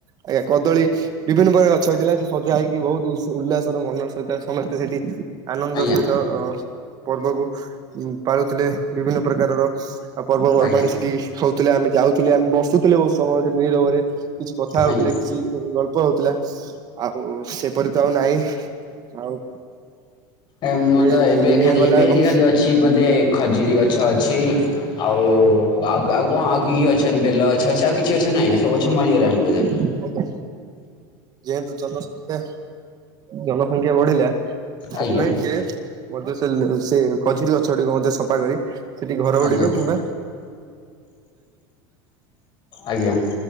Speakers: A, on the right (about 35°); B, on the left (about 45°).
A: ଆଜ୍ଞ କଦଳୀ ବିଭିନ୍ନ ପ୍ରକାର ଗଛ ହେଇଥିଲା ସେ ସଜା ହେଇକି ବହୁତୁ। ଉଲ୍ଲାସର ମନର ସହିତ ସମସ୍ତେ ସେଠି ଆନନ୍ଦ
B: ଆଜ୍ଞା
A: ସହିତ। ପର୍ବକୁ ପାଳୁଥିଲେ ବିଭିନ୍ନ ପ୍ରକାରର ଆଉ ପର୍ବପର୍ବାଣି
B: ଆଜ୍ଞା
A: ସେଠି। ହଉଥିଲେ ଆମେ ଯାଉ। ଥିଲେ ଆମେ ବସୁଥିଲେ ବହୁତ ସମୟରେ ନିରବରେ କିଛି କଥା
B: ଆଜ୍ଞା।
A: ହଉଥିଲେ କିଛି ଗଳ୍ପ ହଉଥିଲା। ଆଉ ସେପରି ତ ଆଉ ନାଇଁ ଆଉ।
B: ଏଁ ମୁଁ
A: ସେ
B: ତ ଏବେ
A: ଦୁନିଆ
B: ଖାଲି
A: ଗଲା
B: ଏବେ
A: ଏବଂ
B: ସେଠି ଖାଲି ଅ ଅଛି ବୋଧେ ଖଜୁରୀ ଗଛ ଅଛି ଆଉ ଆଉ କଁ ଆଉ କି କି ଗଛ। ବେଲ ଗଛ ଅଛି ଆଉ କିଛି ଗଛ ନାହିଁ ନା ସବୁ ଗଛ ମରିଗଲାଣି ବୋଧେ।
A: ଆଜ୍ଞା ଯେହେତୁ ଜନସଂଖ୍ୟା ଜନସଂଖ୍ୟା ବଢିଲା। ସେଥିପାଇଁ
B: ଆଜ୍ଞା
A: ସେ ମଧ୍ୟ ସେ ସେ ଖଜୁରୀ ଗଛ ଗୁଡ଼ିକ ମଧ୍ୟ ସଫା କରି। ସେଠି ଘର
B: ଆଜ୍ଞା
A: ଗୁଡିକ କିମ୍ବା।
B: ଆଜ୍ଞା